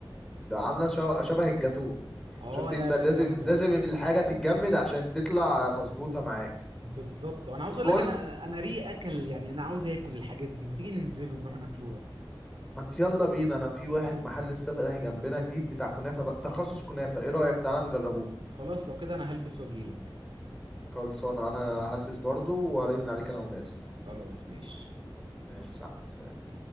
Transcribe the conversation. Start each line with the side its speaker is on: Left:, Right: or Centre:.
Centre: ده عامله شو- شبه الجاتو
Right: اه
Centre: شفت
Right: لا
Centre: انت
Right: لا
Centre: لازم
Right: جامده
Centre: لازم الحاجه تتجمد عشان تطلع مظبوطه معاك
Right: بالظبط انا عاوز اقول
Centre: بقول
Right: لك انا انا ري اكل يعني انا عاوز اكل الحاجات دي ما تيجي ننزل ونروح ناكلوها
Centre: ما ت- يلا بينا انا في واحد محل لسه فاتح جنبنا جديد بتاع كنافه بقى تخصص كنافه ايه رايك تعالى نجربوه
Right: خلاص لو كده انا هلبس واجيلك
Centre: خلصانه انا هلبس برضو وارن عليك انا ونازل
Right: خلاص ماشي
Centre: ماشي صح سلام